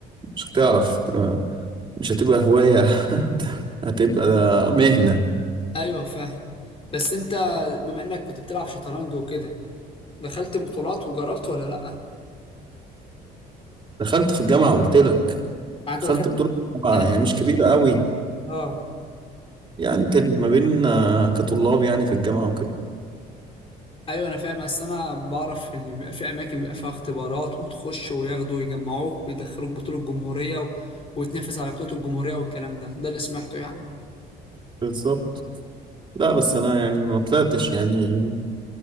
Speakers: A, on the right; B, on the left.
A: مش هتعرف ت- مش هتبقى هوايه <laughs> هتبقى مهنه
B: ايوه فاهم بس انت بما انك كنت بتلعب شطرنج وكده دخلت بطولات وجربت ولا لا
A: دخلت في الجامعه قلت لك
B: يعني
A: دخلت
B: انت دخلت
A: بطوله الجامعه
B: انا
A: يعني مش كبيره قوي
B: اه
A: يعني كانت ما بين آه، كطلاب يعني في الجامعه وكده
B: ايوه انا فاهم اصل انا بعرف ان بيبقى في اماكن بيبقى فيها اختبارات وتخش وياخدوا ويجمعوك ويدخلوك بطولة الجمهورية و... وتنافس على بطولة الجمهورية والكلام ده ده اللي سمعته يعني
A: بالظبط لا بس انا يعني ما طلعتش يعني